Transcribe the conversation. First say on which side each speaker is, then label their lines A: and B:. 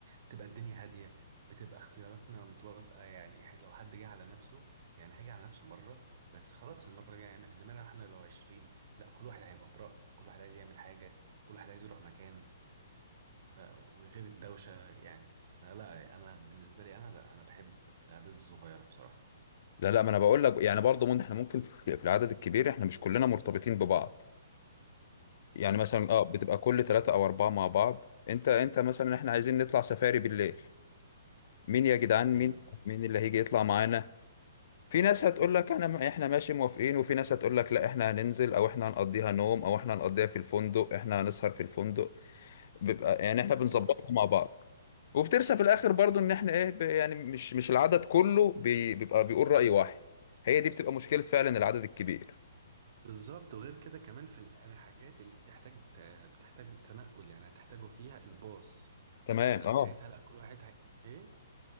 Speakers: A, on the right (about 50°); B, on the left (about 55°).
A: بتبقى الدنيا هادية بتبقى اختياراتنا متوافقة يعني إح- لو حد جه على نفسه يعني هيجي على نفسه مرة بس خلاص المرة الجاية يعمل انما لو احنا لو عشرين لا كل واحد هيبقى برأي كل واحد عايز يعمل حاجة كل واحد عايز يروح مكان ف وغير الدوشة يعني فلا انا بالنسبة لي انا لا انا بحب الأعداد الصغيرة بصراحة
B: لا لا ما انا بقول لك يعني برضه ممكن احنا ممكن في في العدد الكبير احنا مش كلنا مرتبطين ببعض يعني مثلا اه بتبقى كل ثلاثة او اربعة مع بعض انت انت مثلا احنا عايزين نطلع سفاري بالليل مين يا جدعان مين
A: حلو
B: مين اللي هيجي يطلع معانا في ناس هتقول لك انا احنا ماشي موافقين وفي ناس هتقول لك لا احنا هننزل او احنا هنقضيها نوم او احنا هنقضيها في الفندق احنا هنسهر في الفندق بيبقى يعني احنا بنظبطها
A: اه
B: مع بعض وبترسى في الاخر برضه ان احنا ايه ب- يعني مش مش العدد كله بي- بيبقى بيقول رأي واحد هي دي بتبقى مشكلة فعلا العدد الكبير
A: بالظبط وغير كده كمان في الأم- الحاجات اللي بتحتاج ت- بتحتاج تنقل يعني هتحتاجوا فيها الباص
B: تمام
A: فساعتها
B: اه
A: لا كل واحد هي... ايه